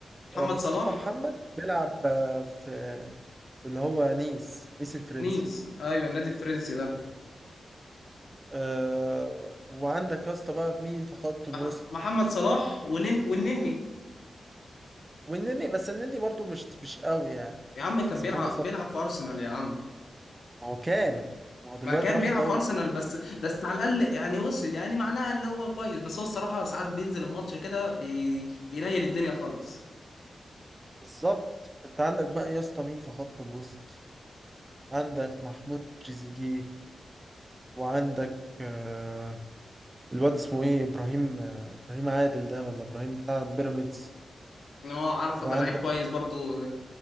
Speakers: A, on the left; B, on the right.
A: محمد
B: آه، مصطفى
A: صلاح
B: محمد بيلعب آه، في في اللي هو نيس نيس الفرنسي
A: نيس ايوه النادي الفرنسي ده
B: آه، وعندك يا اسطى بقى مين في خط الوسط
A: مح- محمد صلاح ونن والنني
B: والنني بس النني برضو مش مش قوي يعني
A: يا عم كان
B: بس
A: بيلعب
B: محمد صلاح
A: بيلعب في ارسنال يا عم
B: ما هو كان ما هو دلوقتي
A: ما كان
B: راح
A: بيلعب
B: الدوري
A: في ارسنال
B: الكوري.
A: بس بس على الاقل يعني وصل يعني معناها اللي هو كويس بس هو الصراحه ساعات بينزل الماتش كده بي... بينيل الدنيا خالص
B: بالظبط انت عندك بقى يا اسطى مين في خط الوسط عندك محمود تريزيجيه وعندك آه، الواد اسمه ايه ابراهيم آه، ابراهيم عادل ده ولا ابراهيم بتاع بيراميدز
A: ان هو عارف
B: وعندك
A: ده لعيب كويس برضو